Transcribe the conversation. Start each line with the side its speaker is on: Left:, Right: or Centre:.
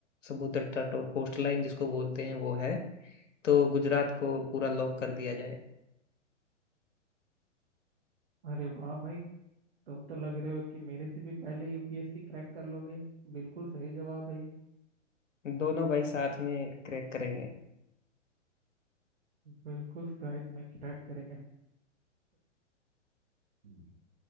Left: समुद्र तट और कोस्ट लाइन जिसको बोलते हैं वो है तो गुजरात को पूरा लॉक कर दिया जाए
Right: अरे वाह भाई तुम तो लग रहे हो कि मेरे से भी पहले यूपीएससी क्रैक कर लोगे बिल्कुल सही जवाब है ये
Left: दोनों भाई साथ में क्रैक करेंगे
Right: बिल्कुल शायद मैं क्रैक करेंगे चलो